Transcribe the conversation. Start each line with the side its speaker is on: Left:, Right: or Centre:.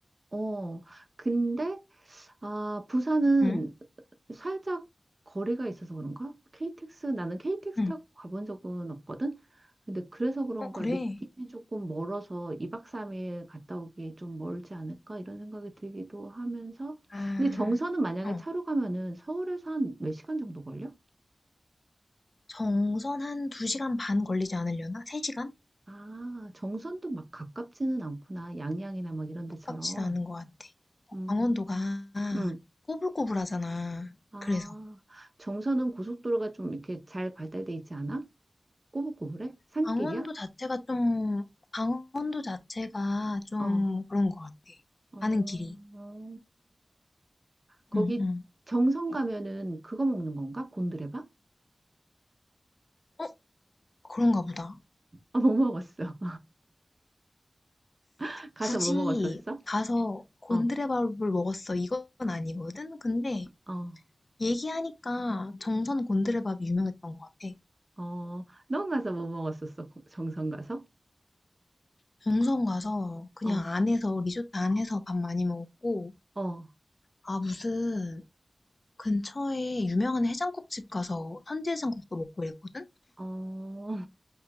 Right: 어, 근데, 아, 부산은
Left: 응?
Right: 살짝 거리가 있어서 그런가? KTX, 나는 KTX
Left: 응.
Right: 타고 가본 적은 없거든? 근데 그래서 그런가
Left: 어, 그래.
Right: 느낌이 조금 멀어서 2박 3일 갔다 오기에 좀 멀지 않을까? 이런 생각이 들기도 하면서.
Left: 아,
Right: 근데 정선은 만약에
Left: 어.
Right: 차로 가면은 서울에서 한 몇 시간 정도 걸려?
Left: 정선 한 2시간 반 걸리지 않으려나? 3시간?
Right: 아, 정선도 막 가깝지는 않구나. 양양이나 막 이런 데처럼.
Left: 가깝진 않은 것 같아.
Right: 음.
Left: 강원도가
Right: 음,
Left: 꼬불꼬불하잖아.
Right: 아,
Left: 그래서.
Right: 정선은 고속도로가 좀 이렇게 잘 발달돼 있지 않아? 꼬불꼬불해? 산길이야?
Left: 강원도 자체가 좀, 강원도 자체가 좀
Right: 어,
Left: 그런 것 같아.
Right: 어,
Left: 가는 길이.
Right: 어. 거기
Left: 응, 응.
Right: 정선 가면은 그거 먹는 건가? 곤드레밥? <laughs>
Left: 어? 그런가 보다.
Right: 아, 뭐 먹었어? <laughs> 가서
Left: 굳이
Right: 뭐 먹었었어?
Left: 가서 곤드레밥을
Right: 어,
Left: 먹었어. 이건 아니거든? 근데
Right: 어,
Left: 얘기하니까 정선 곤드레밥이 유명했던 것 같아.
Right: 어. 넌 가서 뭐 먹었었어? 고- 정선 가서?
Left: 정선 가서 그냥
Right: 어,
Left: 안에서 리조트 안에서 밥 많이 먹었고
Right: 어,
Left: 아 무슨 근처에 유명한 해장국집 가서 선지 해장국도 먹고 이랬거든?
Right: 어.